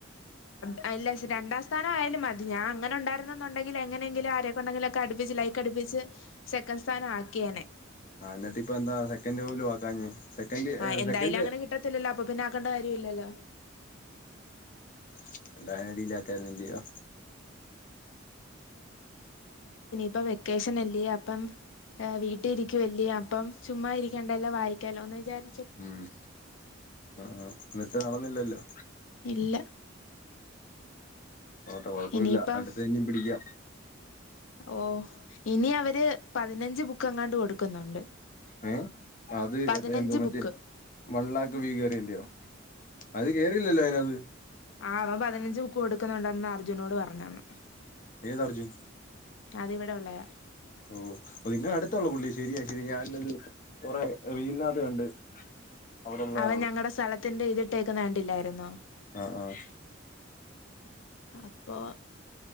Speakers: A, on the left; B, on the left.
A: ആ ഇല്ല പക്ഷെ രണ്ടാം സ്ഥാനം ആയാലും മതി ഞാൻ അങ്ങനൊണ്ടാരുന്നെങ്കില് എങ്ങനെങ്കിലും ആരെക്കൊണ്ടെങ്കിലുമൊക്കെ അടിപ്പിച്ച് ലൈക്ക് അടിപ്പിച്ച് സെക്കൻ് സ്ഥാനം ആക്കിയേനെ
B: ആ എന്നിട്ട്പ്പ എന്താ സെക്കൻഡ് പോലും ആക്കാഞ്ഞേ സെക്കൻഡ്
A: ആ എന്തായാലും
B: സെക്കൻഡ്
A: അങ്ങനെ കിട്ടത്തില്ലല്ലോ അപ്പൊ പിന്നെ ആക്കണ്ട കാര്യ ഇല്ലല്ലോ
B: <unintelligible> ഇല്ലയോ
A: ഇപ്പ വെക്കേഷൻ അല്ലേ അപ്പം ഏഹ് വീട്ടിരിക്കുവല്ലേ അപ്പം ചുമ്മാ ഇരിക്കണ്ടല്ലോ വായിക്കാലോന്ന് വിചാരിച്ച്
B: മ് ആ എന്നിട്ട് നടന്നില്ലല്ലോ
A: ഇല്ല
B: പോട്ടെ കുഴപ്പമില്ല
A: ഇനിയിപ്പം
B: അടുത്ത ഇന്നീം പിടിക്കാം
A: ഓ ഇനി അവര് പതിനഞ്ച് ബുക്ക് അങ്ങാണ്ട് കൊടുക്കുന്നുണ്ട്
B: ഏഹ് അത്
A: പതിനഞ്ച്
B: എന്തുവാ മറ്റേ
A: ബുക്ക്
B: വൺലാക്ക് വ്യൂ കയറിയന്റെയോ അത് കേറിയില്ലല്ലോ അതിനാത്ത്
A: ആ അവൻ പതിനഞ്ച് ബുക്ക് കൊടുക്കുന്നുണ്ടന്ന് അർ ജുനോട് പറഞ്ഞന്ന്
B: ഏത് അർജുൻ
A: അതിവിടെ ഉള്ളയാ
B: ഓ നിങ്ങളെ അടുത്തൊള്ള പുള്ളി ശരിയാ ശരിയാ ഞാനത് കൊറെ റീലിനകത്ത് കണ്ട് അവിടെള്ളതാണ്
A: അവൻ ഞങ്ങടെ സ്ഥലത്തിന്റെ ഇതിട്ടേക്കുന്ന കണ്ടില്ലായിരുന്നോ
B: ആഹ് ആഹ്
A: അപ്പൊ